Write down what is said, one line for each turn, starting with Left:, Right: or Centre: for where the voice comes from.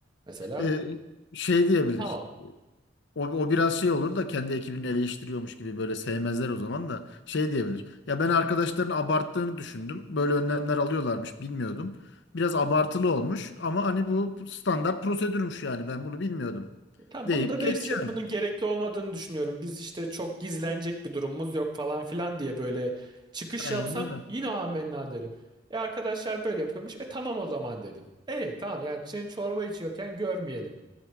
Right: Mesela
Left: E, şey diyebilir.
Right: tamam.
Left: O, o biraz şey olur da kendi ekibini eleştiriyormuş gibi böyle sevmezler o zaman da şey diyebilir. Ya ben arkadaşların abarttığını düşündüm. Böyle önlemler alıyorlarmış bilmiyordum. Biraz abartılı olmuş ama hani bu standart prosedürmüş yani ben bunu bilmiyordum.
Right: Tamam
Left: Deyip
Right: bunu da değiştireceğiz.
Left: geçiyor.
Right: Bunun gerekli olmadığını düşünüyorum. Biz işte çok gizlenecek bir durumumuz yok falan filan diye böyle çıkış
Left: Aynen
Right: yapsan
Left: öyle.
Right: yine amenna derim. E arkadaşlar böyle yapıyormuş. E tamam o zaman dedim. E tamam yani senin çorba içiyorken görmeyelim.